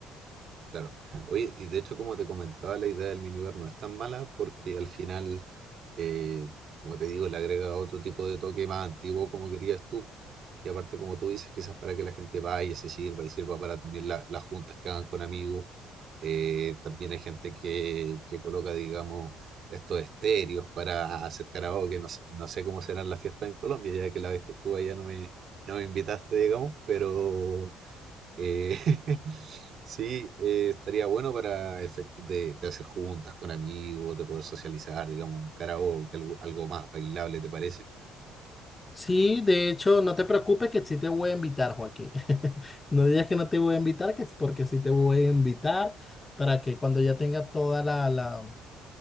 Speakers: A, on the right; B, on the left.
A: Claro. Oye, y de hecho, como te comentaba, la idea del minibar no es tan mala porque al final, eh, como te digo, le agrega otro tipo de toque más antiguo como querías tú. Y aparte, como tú dices, quizás para que la gente vaya, se sirva y sirva para también la- las juntas que hagan con amigos. Eh, también hay gente que, que coloca, digamos, estos estéreos para hacer karaoke. No, sé- no sé cómo serán las fiestas en Colombia, ya que la vez que estuve allá no me, no me invitaste, digamos, pero... Eh, <laughs> sí, eh, estaría bueno para efectos de, de hacer juntas con amigos, de poder socializar, digamos, un karaoke, algo, algo más bailable, ¿te parece?
B: Sí, de hecho, no te preocupes que sí te voy a invitar, Joaquín. <laughs> No digas que no te voy a invitar, que es porque sí te voy a invitar para que cuando ya tenga toda la, la,